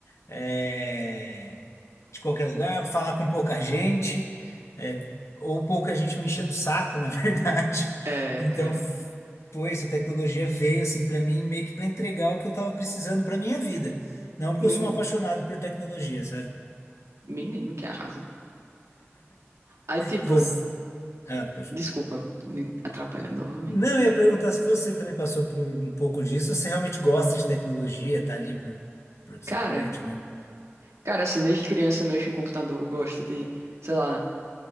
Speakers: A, on the left; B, on the right.
A: é, de qualquer lugar, falar com pouca gente, é, ou pouca gente me enchendo o saco, na <laughs> verdade.
B: É,
A: Então,
B: cara.
A: f- foi isso, a tecnologia veio assim para mim, meio que para entregar o que eu estava precisando para minha vida. Não porque
B: Menino.
A: eu sou um apaixonado por tecnologia, sabe?
B: Menino que arrasa. Aí, tipo,
A: Você... Ah, apaixonado.
B: desculpa, me atrapalhando novamente.
A: Não, eu ia perguntar se você também passou por um pouco disso, se você realmente gosta de tecnologia, tá ali por, por você
B: Cara.
A: curte mesmo.
B: Cara, assim, desde criança eu mexo em computador, eu gosto de, sei lá,